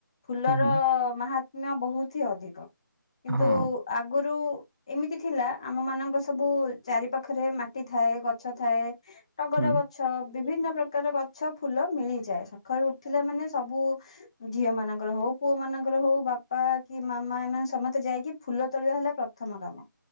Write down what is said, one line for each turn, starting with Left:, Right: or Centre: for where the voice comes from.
Left: ଫୁଲର
Right: ହୁଁ ହୁଁ
Left: ମାହା କିଣା ବହୁତ ହି ଅଧିକ, କିନ୍ତୁ
Right: ହଁ
Left: ଆଗରୁ ଏମିତି ଥିଲା, ଆମ ମାନଙ୍କ ସବୁ ଚାରି ପାାଖରେ ମାଟି ଥାଏ, ଗଛ ଥାଏ ଟଗର
Right: ହୁଁ
Left: ଗଛ, ବିଭିନ୍ନ ପ୍ରକାର ଗଛ ଫୁଲ ମିଳିଯାଏ, ସକାଳୁ ଉଠିଲା ମାନେ ସବୁ ଝିଅ ମାନଙ୍କର ହଉ ପୁଅ ମାନଙ୍କର ହଉ ବା- ପା କି, ମାମା, ଏମାନେ ସମସ୍ତେ ଯାଇକି ଫୁଲ ତୋଳିବା ହେଲା ପ୍ରଥମ କାମ।